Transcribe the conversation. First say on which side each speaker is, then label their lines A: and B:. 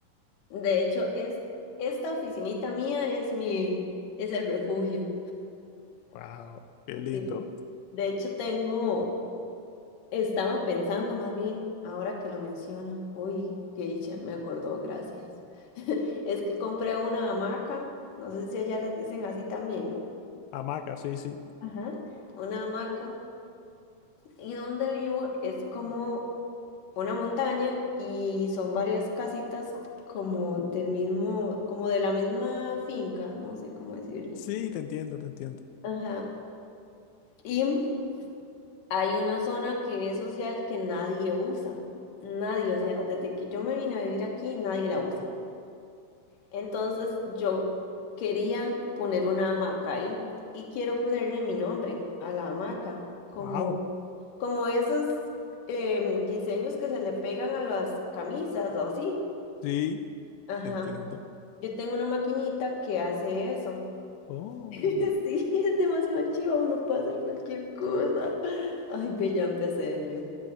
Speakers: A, on the left (about 60°); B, on the left (about 80°).
A: De hecho, es esta oficinita mía es mi, es el refugio.
B: Wow, qué lindo.
A: Sí, De hecho, tengo, estaba pensando más bien, ahora que lo menciona, uy, qué dicha, me acordó, gracias. Es que compré una hamaca, no sé si allá les dicen así también,
B: Hamaca, sí, sí.
A: ajá, una hamaca, y donde vivo es como una montaña y son varias casitas como del mismo, como de la misma finca, no sé cómo decirle,
B: Sí, te entiendo, te entiendo.
A: ajá, y... Hay una zona que es social que nadie usa. Nadie, o sea, desde que yo me vine a vivir aquí, nadie la usa. Entonces yo quería poner una hamaca ahí y quiero ponerle mi nombre a la hamaca, como,
B: Wow,
A: como esos em, diseños que se le pegan a las camisas o así.
B: sí,
A: Ajá.
B: te entiendo.
A: Yo tengo una maquinita que hace eso.
B: Oh.
A: <laughs> Sí, es demasiado chiva, uno puede hacer cualquier cosa. Ay, ve, ya empecé de nuevo.